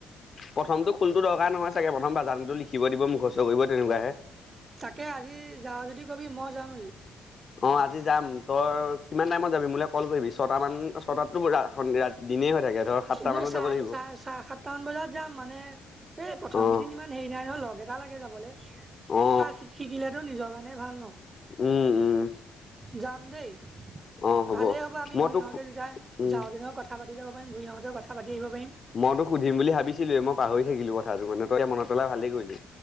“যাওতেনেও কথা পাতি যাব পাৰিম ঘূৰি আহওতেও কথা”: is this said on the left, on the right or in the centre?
Right